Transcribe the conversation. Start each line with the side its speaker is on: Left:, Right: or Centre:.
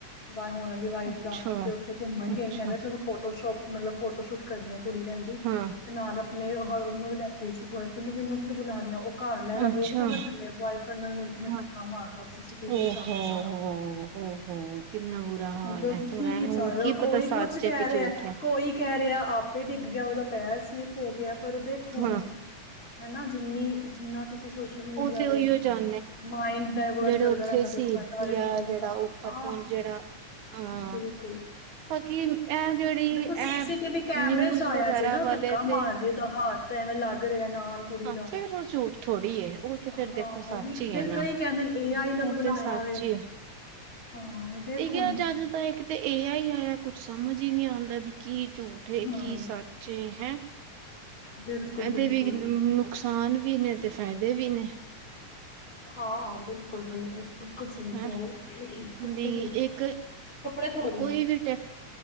Left: ਨਾਲੇ ਹੋਣ ਵਾਲੀ ਵਾਈਫ
Right: ਅੱਛਾ
Left: ਦਾ, ਤੇ ਉੱਥੇ ਘੁੰਮਣ
Right: ਅੱਛਾ
Left: ਗਏ ਨੇ, ਕਹਿੰਦੇ ਚਲੋ ਫੋਟੋ ਸੂ਼ਟ ਮਤਲਬ ਫੋਟੋ ਸ਼ੂਟ ਕਰਨੀ ਆ ਕੁੜੀ ਕਹਿੰਦੀ ਤੇ
Right: ਹਾਂ
Left: ਨਾਲ ਆਪਣੇ ਉਹਨੂੰ ਵੀ ਲੈ ਗਈ ਸੀ ਬਾੱਯਫਰੇਂਡ ਨੂੰ ਵੀ ਓਨੇ ਉੱਥੇ ਬੁਲਾ ਲਿਆ। ਉਹ ਘਰ
Right: ਹਾਂ ਅੱਛਾ
Left: ਵੇਖਦਾ ਪ ਥੱਲੇ ਬੋਆਏਫਰੈਂਡ ਨਾਲ ਮੇਰੇ ਕਿ ਨੇ
Right: ਹਾਂ
Left: ਧੱਕਾ ਮਾਰਦਾ ਸੀ- ਸੀ ਟੀਵ
Right: ਓਹੋ
Left: ਚ ਆ ਗਿਆ ਸਾਰਾ
Right: ਓਹੋ ਕਿੰਨਾ ਬੁਰਾ ਹਾਲ
Left: ਮਤਲਬ
Right: ਹੈ ਹੁਣ
Left: ਕੀ -ਕੀ
Right: ਹੁਣ
Left: ਚੱਲ ਰਿਹਾ ਹੋ ਕੋਈ
Right: ਪਤਾ ਸੱਚ
Left: ਕੁਛ ਕਹਿ
Right: ਹੈ ਕਿ
Left: ਰਿਹਾ
Right: ਝੂਠ ਹੈ
Left: ਕੋਈ ਕਹਿ ਰਿਹਾ ਆਪ ਤੇ ਡਿੱਗ ਗਿਆ ਉਹਦਾ ਪੈਰ ਸਲਿੱਪ ਹੋ ਗਿਆ, ਪਰ ਦੇਖੋ ਹੁਣ
Right: ਹਾਂ
Left: ਹੈਨਾ। ਜਿੰਨੀ ਜਿੰਨਾ ਤੁਸੀਂ ਸੋਸ਼ਲ ਮੀਡੀਆ
Right: ਉਥੇ ਉਹੀ
Left: ਵੇ
Right: ਹੋ ਜਾਂ
Left: ਮਾਇੰਡ ਡਾਇਵਰਟ
Right: ਜਿਹੜੇ
Left: ਕਰਦਾ
Right: ਉੱਥੇ
Left: ਰਹਿੰਦਾ ਦੇਖੋ
Right: ਸੀ
Left: ਇਹ ਤਾਂ ਹਰ ਇੱਕ
Right: ਜਾਂ
Left: ਬੰਦੇ
Right: ਜਿਹੜਾ
Left: ਦਾ
Right: ਉਹ ਪਰਪੁਣ
Left: ਹਾਂ
Right: ਜਿਹੜਾ ਹਾਂ
Left: ਬਿਲਕੁਲ
Right: ਬਾਕੀ ਇਹ ਜਿਹੜੀ
Left: ਦੇਖੋ
Right: ਇਹ
Left: ਸੀ- ਸੀ ਟੀਵ ਕੈਮਰੇ
Right: ਨਿਊਜ਼
Left: ਚ ਆਇਆ
Right: ਵਗੈਰਾ
Left: ਜੇ ਨਾ
Right: ਵਾਲੇ
Left: ਧੱਕਾ
Right: ਤੇ
Left: ਮਾਰ ਰਹੀ ਦਾ ਹੱਥ ਐਵੇਂ ਲੱਗ ਰਿਹਾ ਨਾਲ ਕੁੜੀ
Right: ਹਾਂ
Left: ਦਾ
Right: ਫੇਰ ਉਹ ਝੂਠ ਥੋੜ੍ਹੀ ਏ। ਉਹ ਤੇ ਫੇਰ
Left: ਹਾਂ
Right: ਦੇਖੋ ਸੱਚ
Left: ਉਹੀ
Right: ਹੀ
Left: ਫੇਰ
Right: ਹੈ ਨਾ
Left: ਕਈ ਕਹਿੰਦੇ ਨੇ ਏ ਆਈ ਨਾਲ ਬਣਾਇਆ
Right: ਤੇ ਸੱਚ
Left: ਵੇ
Right: ਹੀ ਆ
Left: ਹਾਂ ਦੇਖ
Right: ਇਹ
Left: ਹੁਣ
Right: ਜੱਜ ਤਾਂ ਇੱਕ ਤੇ ਇਹ ਆ ਹੀ ਆਇਆ ਕੁਛ ਸਮਝ ਹੀ ਨਹੀਂ ਆਉਂਦਾ ਵੀ ਕੀ ਝੂਠ
Left: ਹਮ
Right: ਕੀ ਸੱਚ ਹੈਂ
Left: ਬਿਲਕੁਲ
Right: ਇਹਦੇ
Left: ਬਿਲਕੁਲ
Right: ਵੀ ਨੁਕਸਾਨ ਵੀ ਨੇ ਤੇ ਫਾਇਦੇ ਵੀ ਨੇ।
Left: ਹਾਂ, ਬਿਲਕੁਲ ਬਿਲਕੁਲ। ਸਹੀ
Right: ਹੈਂ
Left: ਕਹਿ ਰਹੇ ਹੋ। ਕੱਪੜੇ
Right: ਵੀ
Left: ਧੋ
Right: ਇੱਕ
Left: ਕੱਪੜੇ ਧੋ ਰਹੀ
Right: ਕੋਈ
Left: ਹਾਂ
Right: ਵੀ ਟੈਕ